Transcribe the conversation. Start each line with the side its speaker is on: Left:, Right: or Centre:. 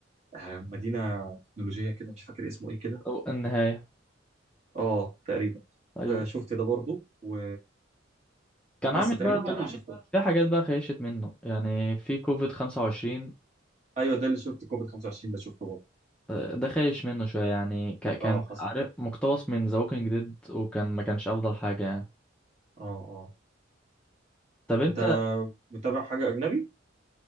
Right: آه، مدينه تكنولوجيه كده مش فاكر اسمه ايه كده
Centre: أو النهاية
Right: اه تقريبا
Centre: ايوه
Right: آه، شفت ده برضو و...
Centre: كان
Right: بس
Centre: عامل
Right: تقريبا
Centre: بقى
Right: دول كان اللي عامل شفتهم بقى
Centre: في حاجات بقى خيشت منه يعني في كوفيد 25
Right: ايوه ده اللي شفت كوفيد 25 ده شفته برضو
Centre: آه، ده خايش منه شوية يعني ك- كان
Right: اه حصل
Centre: عارف مقتبس من ذا ووكينج ديد وكان ما كانش افضل حاجة يعني
Right: اه اه
Centre: طب انت
Right: انت متابع حاجه اجنبي